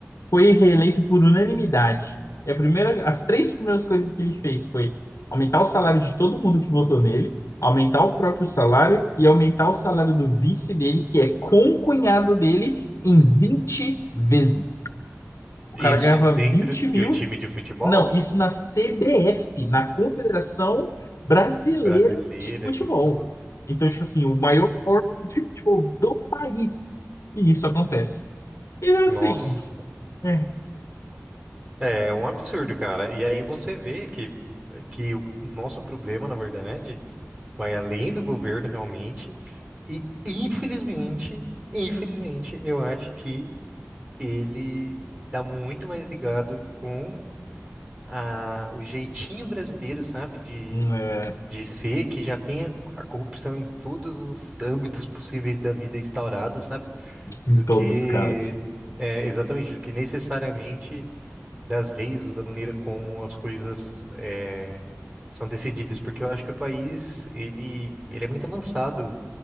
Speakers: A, on the left (about 75°); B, on the right (about 30°).
A: foi reeleito por unanimidade. E a primeira, as três primeiras coisas que ele fez foi aumentar o salário de todo mundo que votou nele, aumentar o próprio salário e aumentar o salário do vice dele, que é concunhado dele, em 20 vezes. O
B: Isso
A: cara ganhava
B: dentro
A: 20
B: de
A: mil,
B: um time de futebol?
A: não, isso na CBF, na Confederação Brasileira
B: Brasileira
A: de Futebol.
B: de futebol.
A: Então, tipo assim, o maior órgão de futebol do país. E isso acontece. E assim,
B: Nossa.
A: é,
B: É um absurdo, cara. E aí você vê que, que o nosso problema, na verdade. vai além do governo realmente. E infelizmente, infelizmente, eu acho que ele tá muito mais ligado com a, o jeitinho brasileiro, sabe, de,
A: é,
B: de ser, que já tem a, a corrupção em todos os âmbitos possíveis da vida instaurada, sabe,
A: em
B: do
A: todos,
B: que
A: cara.
B: é, exatamente, do que necessariamente das leis ou da maneira como as coisas é, são decididas, porque eu acho que o país ele, ele é muito avançado